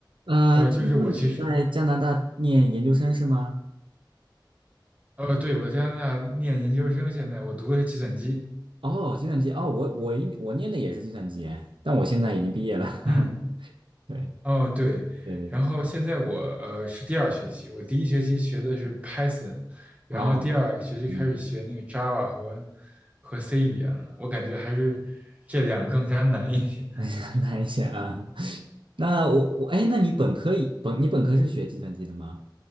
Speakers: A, on the right; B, on the right.
A: 呃，
B: 呃，
A: 听说你在加拿大念研究生是吗？
B: 就是我其实，呃，对，我在加拿大念研究生，现在我读的是计算机，
A: 哦，计算机哦，我我一我念的也是计算机，但我现在已经毕业了。
B: 嗯，
A: <laughs> 对
B: 哦，对，
A: 对对对，
B: 然后现在我呃是第二学期，我第一学期学的是 Python，然后第二学期开始学那个
A: 哦，嗯，
B: Java 和和 C 语言了，我感觉还是这两个更加难一点。
A: <laughs> 哎呀，难一些啊。那我我哎，那你本科以本你本科是学计算机的吗？